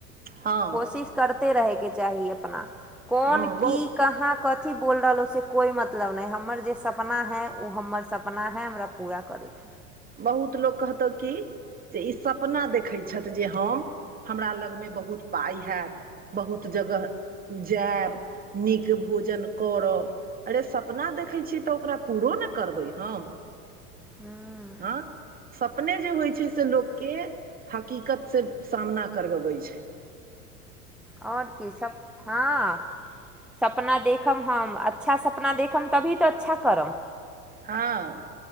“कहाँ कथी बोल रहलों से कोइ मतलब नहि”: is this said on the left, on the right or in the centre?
Centre